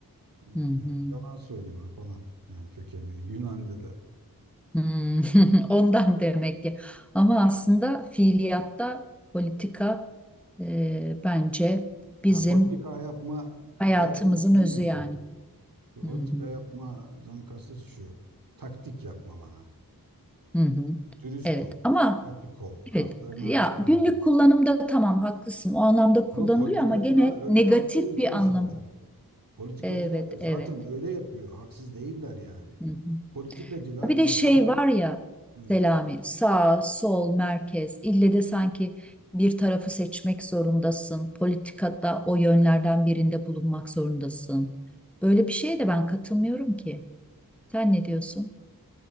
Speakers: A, on the right; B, in the centre.
A: Yani
B: hı hı.
A: yalan söyleme falan yani kökeni Yunanca'da.
B: Hmm, <laughs> ondan demek ki. Ama aslında fiiliyatta politika e, bence bizim
A: Yani politika yapma
B: hayatımızın
A: derken şunu
B: özü
A: yapıyor.
B: yani.
A: Politika
B: Hı hı,
A: yapmadan kasıt şu. Taktik yapma bana.
B: hı hı.
A: Dürüst
B: Evet
A: ol.
B: ama
A: Açık ol. Kartlarına
B: evet ya
A: açık olma.
B: günlük kullanımda tamam haklısın o anlamda kullanılıyor
A: Ama politikacılar
B: ama gene
A: öyle
B: negatif
A: yaptığı için
B: bir
A: zaten.
B: anlam.
A: Politikacılar
B: Evet
A: da zaten
B: evet.
A: öyle yapıyor. Haksız değiller yani.
B: Hı hı.
A: Politikacılar
B: Bir
A: mesela
B: de şey var ya
A: evet
B: Selami, sağ, sol, merkez. İlle de sanki bir tarafı seçmek zorundasın. Politikada o yönlerden birinde bulunmak zorundasın. Böyle bir şeye de ben katılmıyorum ki. Sen ne diyorsun?